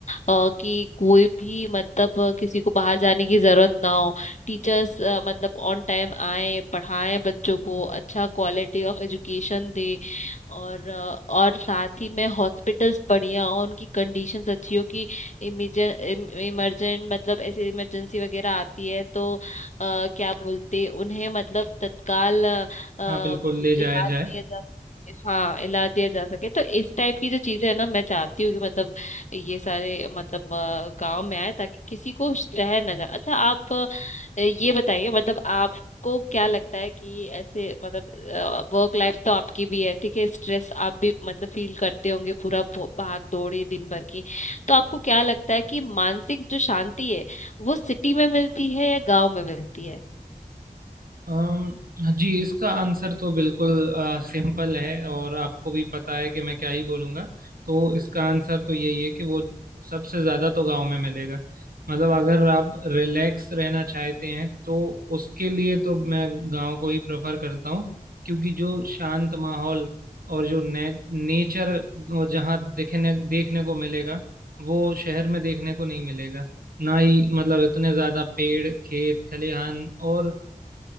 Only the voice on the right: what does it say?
हाँ बिल्कुल ले
जाया जाए
अम्म जी इसका आंसर तो बिल्कुल अ, सिंपल है और आपको भी पता है कि मैं क्या ही बोलूँगा तो इसका आंसर तो यही है कि वो सबसे ज़्यादा तो गांव में मिलेगा मतलब अगर आप रिलैक्स रहना चाहते हैं तो उसके लिए तो मैं गांव को ही प्रेफर करता हूँ क्योंकि जो शांत माहौल और जो ने, नेचर जहाँ देखने देखने को मिलेगा वो शहर में देखने को नहीं मिलेगा ना ही मतलब इतने ज़्यादा पेड़ खेत खलिहान और